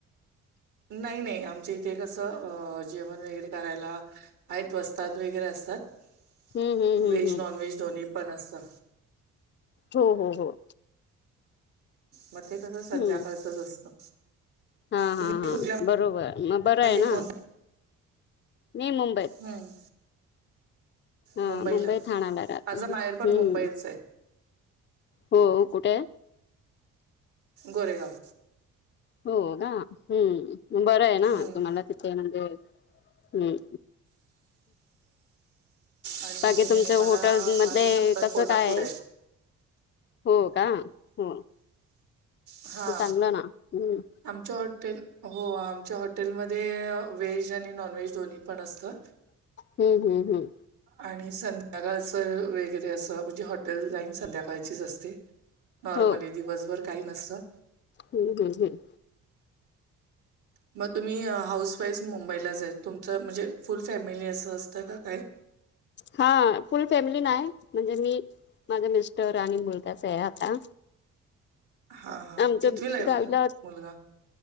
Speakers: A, on the right (about 80°); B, on the left (about 40°).
A: नाही नाही आमच्या इथे कसं अ जेवण वगैरे करायला आहेत वस्तात वगैरे असतात
B: हम्म हम्म
A: व्हेज,
B: हम्म हम्म
A: नॉन व्हेज दोन्ही पण असतं
B: हो हो हो
A: मग ते कसं संध्याकाळच
B: हम्म
A: असतं
B: हा,
A: तुम्ही
B: हा, हा
A: कुठल्या
B: बरोबर मग बरं
A: म्हणजे
B: आहे ना
A: कोण
B: मी मुंबईत
A: हं,
B: हा
A: मुंबईला.
B: मुंबई ठाण्याला राहत
A: माझं माहेर
B: हम्म
A: पण मुंबईच आहे.
B: हो कुठे,
A: गोरे गाव
B: हो का? हम्म बर आहे. ना
A: हं.
B: तुम्हाला तिथ म्हणजे? हम्म...
A: आणि
B: बाकी तुमच्या
A: मला
B: होटेल मध्ये
A: माझं सासर
B: कसं
A: कोल्हापूर
B: काय आहे? हो का? हो,
A: हा
B: चांगलं ना हम्म
A: आमच्या हो आमच्या हॉटेलमध्ये व्हेज आणि नॉन व्हेज दोन्ही पण असतं.
B: हम्म. हम्म. हम्म.
A: आणि संध्याकाळचं वगैरे असं म्हणजे. Hotel lines. संध्याकाळचीच असते. नॉर्मली
B: हो
A: दिवसभर काही नसत.
B: हम्म. हम्म. हम्म.
A: मग तुम्ही हाऊस वाईफ मुंबईला आहेत. तुमचं म्हणजे फुल फॅमिली असं असतं का काय?
B: हा फुल फॅमिली नाही. म्हणजे मी माझा मिस्टर आणि मुलगाच आहे आता.
A: हा हा
B: आमच्या
A: कितवीला आहे
B: गावीला
A: मुलगा?